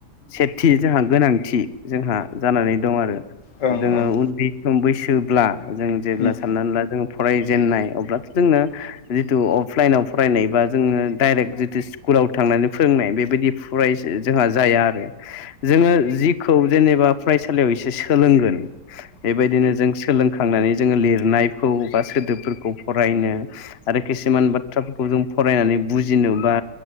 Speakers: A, on the left; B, on the left.
A: सेथि जोंहा गोनांथि जोंहा जानानै दं आरो
B: ओं
A: जोङो
B: ओं
A: उन्दै सम बैसोब्ला जों जेब्ला
B: उम
A: साननानै ला जों फरायजेेननाय अब्लाथ' जोंनो जिथु अफलाइनाव फरायनाय बा जोंनो डाइरेक्ट जिथु स्कुल स्कुलाव थांनानै फोरोंनाय बेबायदि फरायक्षजोंहा जाया आरो जोङो जिखौ जेनेबा फरायसालियाव एसे सोलोंगोन बेबायदिनो जों सोलोंखांनानै जोङो लिरनायखौ बा सोदोबफोरखौ फरायनो आरो खिसुमान बाथ्राफोरखौ जों फरायनानै बुजिनो बा